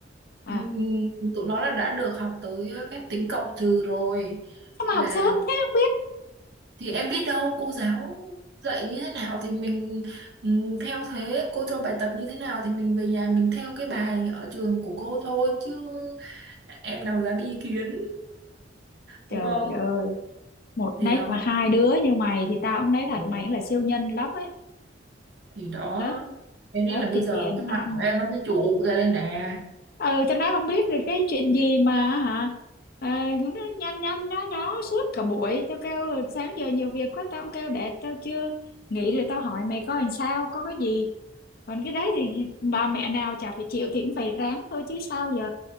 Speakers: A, on the left; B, on the right.
A: À,
B: Ừm, tụi nó là đã được học tới phép tính cộng trừ rồi
A: sao mà
B: là
A: học sớm thế không biết
B: thì em biết đâu cô giáo dạy như thế nào thì mình ừm, theo thế cô cho bài tập như thế nào thì mình về nhà mình theo cái bài ở trường của cô thôi chứ em nào dám ý kiến
A: trời
B: đúng không
A: ơi một
B: thì
A: nách
B: đó
A: mà hai đứa như mày thì tao cũng nói thật
B: Ừ.
A: mày cũng là siêu nhân lắm ấy
B: thì đó
A: lớp
B: thế nên
A: lớp
B: là bây
A: thì
B: giờ
A: tiền
B: cái
A: ăn
B: mặt của em nó mới trụ ra đây nè
A: ừ tao nói không biết được cái chuyện gì mà hả ờ, nó nhăn nhăn nhó nhó suốt cả buổi tao kêu sáng giờ nhiều việc quá tao không kêu để tao chưa nghỉ rồi tao hỏi mày coi làm sao có cái gì còn cái đấy thì bà mẹ nào chả phải chịu thì cũng phải ráng thôi chứ sao giờ